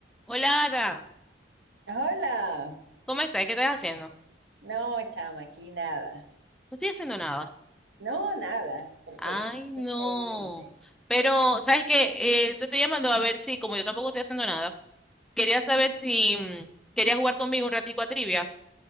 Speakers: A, in the centre; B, on the right (about 75°).
A: Hola, Ara.
B: Hola.
A: ¿Cómo estás? ¿Qué estás haciendo?
B: No, chama, aquí nada.
A: No estoy haciendo nada.
B: No, nada. ¿Por
A: Ay,
B: qué?
A: no.
B: ¿Qué por ahí en mente?
A: Pero, ¿sabes qué? Eh, te estoy llamando a ver si, como yo tampoco estoy haciendo nada, quería saber si mm, querías jugar conmigo un ratico a trivias.